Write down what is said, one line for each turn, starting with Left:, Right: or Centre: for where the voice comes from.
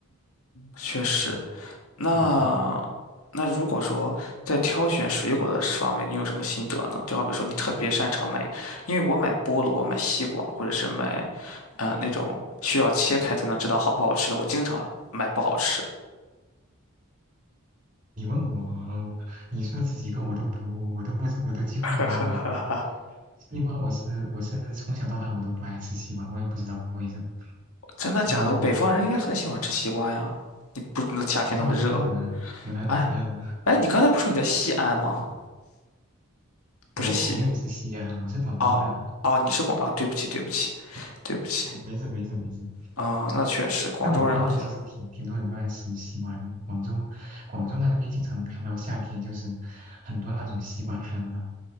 Left: 确实。
Right: 嗯，
Left: 那
Right: 对呀对呀。
Left: 那如果说在挑选水果的方面，你有什么心得呢？就好比说你特别擅长买，因为我买菠萝、买西瓜，或者是买，呃，那种需要切开才能知道好不好吃的，我经常买不好吃。
Right: 你问我，你说的这几个我都不，我都不，我都几乎没有买。
Left: <laughs>
Right: 西瓜我是我是从小到大我都不爱吃西瓜，我也不知道为什么。
Left: 真的假的？
Right: 嗯，
Left: 北方人应该很喜欢吃西瓜呀。你不，那夏天那么热，
Right: 我是南方人，我南方人，
Left: 哎哎，你刚才不是说你在西安吗？
Right: 我朋友是西安，
Left: 不是西，
Right: 我是广州的。
Left: 哦哦，你是广，哦，对不起对不起
Right: 嗯，
Left: 对不起
Right: 没事没事没事。
Left: 啊，那确实，广州人好像
Right: 但我们那边其实挺挺多人都爱吃西瓜的，广州广州那边经常能看到夏天就是很多那种西瓜摊的。